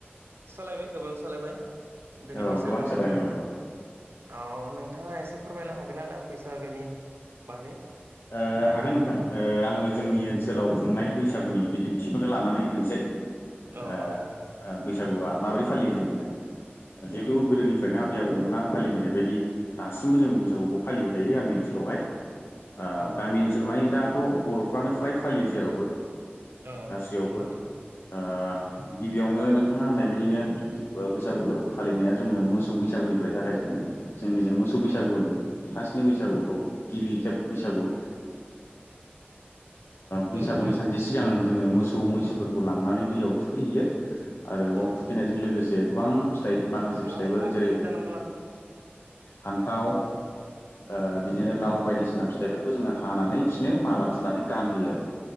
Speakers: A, on the right; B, on the left.
A: सोलायबाय गोबां सोलायबाय दिनै
B: औ
A: बैसागो
B: गोबां सोलायनाय
A: रंजानाय।
B: नुबाय औ
A: अ नोंथाङा एसे फोरमायनो हागोनना दा बैसागोनि बागै
B: ओ हागोन नोंथां ओ आङो
A: औ
B: जोंनि ओनसोलाव खुंनाय बैसागुनि बिदिन्थिखौनो लानानै होनसै
A: औ
B: ओ
A: औ नोंथां
B: ओ बैसागुआ माबोरै फालियो जोंनिजों जिहेतु
A: औ
B: गोदोनिफ्रायनो आ बै आबौमोना फालिबोनाय बायदि दासिमबो जों बैसागुखौ फालिबाय थायो गामि ओनसोलावहाय। ओ
A: औ
B: गामि ओनसोल माने दाथ' बर'फ्रानो फ्राय फालियो जेरावबो।
A: औ
B: गासैयावबो
A: नंगौ नोंथां
B: ओ गिबियावनो नोंथाङा होननाय बायदिनो ओ बैसागु फोरबो फालिनाया जोङो मोसौ बैसागुनिफ्राय जागायजे <unintelligible> जोंनिजों मोसौ बैसागु
A: औ
B: होनो फासनि बैसागुखौ गिबि खेब बैसागु ओ बैसागुनि
A: नंगौ नंगौ
B: सानसे सिगां जोङो मोसौ मैसोफोरखौ लांनानै दैयाव थुखैहैयो आरो बाव
A: औ
B: थुखैनायजों लोगोसे गोबां फिथाइ माखासे फिथाइफोर
A: लां
B: जेरै
A: जैथा नांगौ लांहोदो
B: फान्ताव ओ बिदिनो लाव बायदिसिना फिथाइफोरखौ जोङो हानानै बिसिनो माला थुनानै गानहोयो आरो।